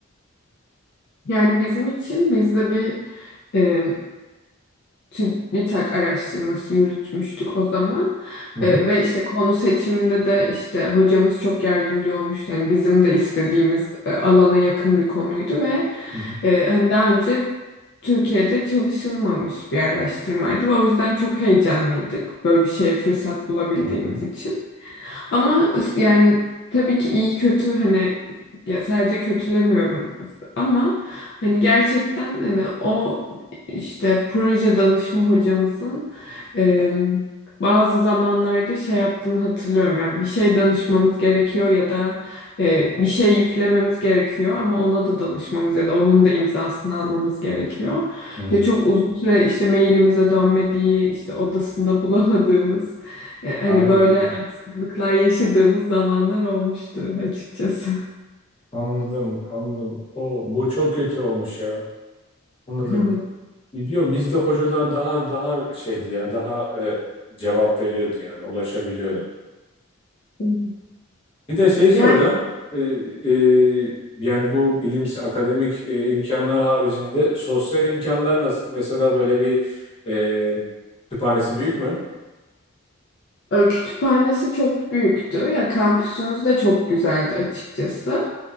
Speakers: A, on the left; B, on the left.
A: Yani bizim için biz de bir e, TÜBİTAK araştırması yürütmüştük o zaman
B: Hı hı.
A: E, ve işte konu seçiminde de işte hocamız çok yardımcı olmuştu. Yani bizim de istediğimiz e, alana yakın bir konuydu ve
B: Hı hı.
A: Ee, hani daha önce Türkiye'de çalışılmamış bir araştırmaydı ve o yüzden çok heyecanlıydık böyle bir şeye fırsat bulabildiğimiz
B: Hı hı.
A: için. Ama yani tabii ki iyi kötü hani ya sadece kötülemiyorum ama hani gerçekten hani o işte proje danışma hocamızın e, bazı zamanlarda şey yaptığını hatırlıyorum. Yani bir şey danışmamız gerekiyor ya da e, bir şey yüklememiz gerekiyor ama ona da danışmamız ya da onun da imzasını almamız gerekiyor.
B: hı.
A: İşte çok uzun süre işte mailimize dönmediği, işte odasında bulamadığımız e, Hani
B: Ay
A: böyle sıkıntılar yaşadığımız zamanlar olmuştu açıkçası.
B: anladım anladım. O bu çok kötü olmuş ya. Anladım.
A: <laughs>
B: Biliyor bizde hocalar daha daha şeydi ya daha e, cevap veriyordu yani ulaşabiliyordun.
A: Evet.
B: Bir de şey soracağım.
A: Ya
B: Ee, e, yani bu bilimsi akademik e, imkanlar haricinde sosyal imkanlar nasıl? Mesela böyle bir e, kütüphanesi büyük mü?
A: E, Kütüphanesi çok büyüktü. Ya kampüsümüz de çok güzeldi açıkçası.